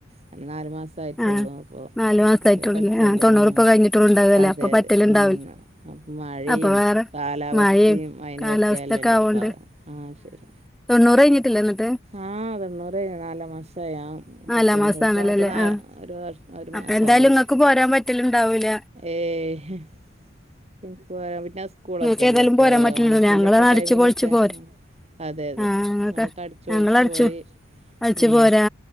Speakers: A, on the right; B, in the centre.
A: അതിന് നാല് മാസമായിട്ടെള്ളൂ.
B: ആഹ്
A: അപ്പോ
B: നാല് മാസായിട്ടുള്ളൂല്ലേ
A: ചെറിയ കൊച്ചല്ലേ.
B: തൊണ്ണൂറുപ്പ
A: ആഹ്
B: കഴിഞ്ഞിട്ടുള്ളൂ ഉണ്ടാവല്ലേ
A: അതെ
B: അപ്പൊ പറ്റലുണ്ടാവില്ല
A: അതെ. അപ്പം മഴയും
B: അപ്പൊ വേറെ
A: കാലാവസ്ഥയും
B: മഴയും
A: അതിനു
B: കാലാവസ്ഥൊക്കെ
A: പറ്റിയതലല്ലോ.
B: ആവോണ്ട്
A: അപ്പം ആഹ് ശരി.
B: തൊണ്ണൂറ് കഴിഞ്ഞിട്ടില്ലേ അന്നട്ട്.
A: ആഹ് തൊണ്ണൂറ് കഴിഞ്ഞ്. നാലാം മാസായി. ആഹ്
B: നാലാം
A: ഹസ്ബൻഡുകൾക്ക്
B: മാസാണല്ലോല്ലേ
A: വന്നിട്ട് നാ
B: ആഹ്
A: ഒരു വർ ഒരു മാസായി.
B: അപ്പൊ എന്തായാലും ഇങ്ങക്ക് പോരാൻ പറ്റലുണ്ടാവൂല
A: ഏയ് എനിക്ക് പോരാൻ പിന്നെ സ്കൂളൊക്കെയല്ലേ.
B: നിങ്ങൾക്ക് ഏതായാലും
A: പോയാ
B: പോരാൻ പറ്റില്ലല്ലോ
A: ഓണത്തിന്റെ
B: ഞങ്ങള്
A: ഒക്കെ
B: അടിച്ചു
A: ടൈമിലൊക്കെ
B: പൊളിച്ചു പോരും
A: അതെ അതെ.
B: ആഹ് ഞങ്ങൾക്ക്
A: നിങ്ങളൊക്കെ അടിച്ചു
B: ഞങ്ങള്
A: പൊളിച്ചു
B: അടിച്ചു
A: പോയി
B: അടിച്ചു
A: ഉം,
B: പോരാ